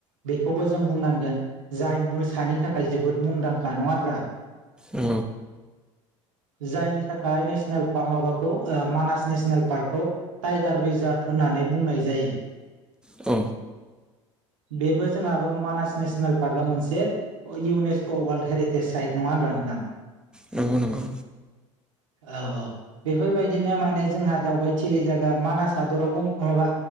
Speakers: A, on the right; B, in the centre.
A: बेखौबो जों बुंनांगोन जाय मोसानि थाखाय जोबोद मुंदांखा नङा होमब्ला?
B: औ।
A: जायनि थाखाय नेसनेल माबाखौ मानास नेसनेल पार्कखौ टाइगार रिजार्भ होननानै बुंनाय जायो।
B: औ नंगौ औ
A: बेबो जोंहाबो मानास नेसनेल पार्कआ मोनसे इउनेस्क' वर्ल्ड हेरिटेज साइट नङा होनबा नोंथां?
B: नंगौ नंगौ।
A: औ औ बेफोरबायदिनो माने जोंहा दावबायथिलि जायगा मानास हादरावबो माबा